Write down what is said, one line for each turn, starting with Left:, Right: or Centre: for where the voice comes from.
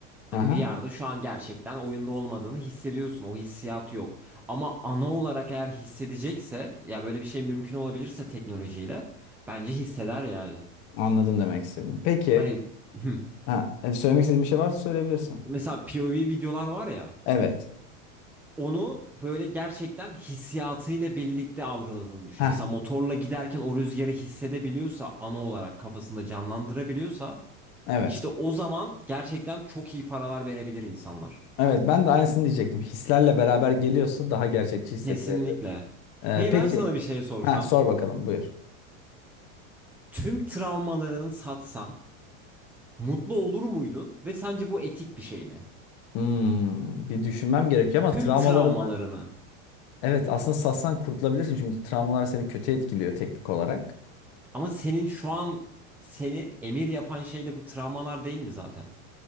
Centre: hani
Left: Aha,
Centre: VR'da şu an gerçekten oyunda olmadığını hissediyorsun. O hissiyat yok. Ama ana olarak eğer hissedecekse ya böyle bir şey mümkün olabilirse teknolojiyle bence hisseder yani.
Left: anladın demek istedim. Peki,
Centre: Hani <laughs>
Left: ha, e, söylemek istediğin bir şey varsa söyleyebilirsin.
Centre: mesela POV videolar var ya
Left: Evet.
Centre: onu böyle gerçekten hissiyatıyla birlikte algıladığını düşün.
Left: Ha,
Centre: Mesela motorla giderken o rüzgarı hissedebiliyorsa, ana olarak kafasında canlandırabiliyorsa,
Left: evet.
Centre: işte o zaman gerçekten çok iyi paralar verebilir insanlar.
Left: Evet, ben de aynısını diyecektim. Hislerle beraber geliyorsa daha gerçekçi hissettirebilir.
Centre: Kesinlikle.
Left: E,
Centre: Peki
Left: peki,
Centre: ben sana bir şey sorsam,
Left: ha sor bakalım, buyur.
Centre: tüm travmalarını satsan mutlu olur muydun ve sence bu etik bir şey mi?
Left: Hmm, bir düşünmem gerekiyor ama
Centre: Tüm
Left: travmalarımı
Centre: travmalarını.
Left: evet aslında satsan kurtulabilirsin çünkü travmalar seni kötü etkiliyor teknik olarak.
Centre: Ama senin şu an seni emir yapan şey de bu travmalar değil mi zaten?